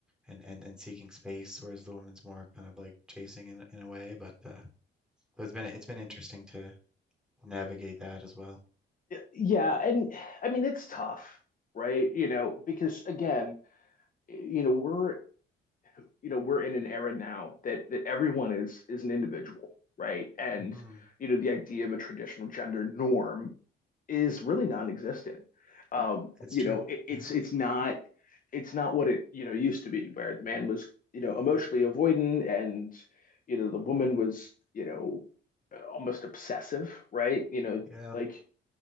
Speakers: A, in the centre; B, on the left.
A: and, and, and seeking space, whereas the woman's more kind of like chasing in, a- in a way. But uh, so it's been it's been interesting to navigate that as well.
B: yeah, and I mean it's tough, right? You know, because again, you know, we're you know, we're in an era now that that everyone is is an individual, right? And
A: hmm
B: you know, the idea of a traditional gender norm is really non-existent. Um,
A: <laughs> It's
B: you
A: true.
B: know, it, it's
A: Yeah.
B: it's not it's not what it, you know, used to be where the man was, you know, emotionally avoidant and you know, the woman was, you know, almost obsessive, right? You know,
A: Yeah.
B: like,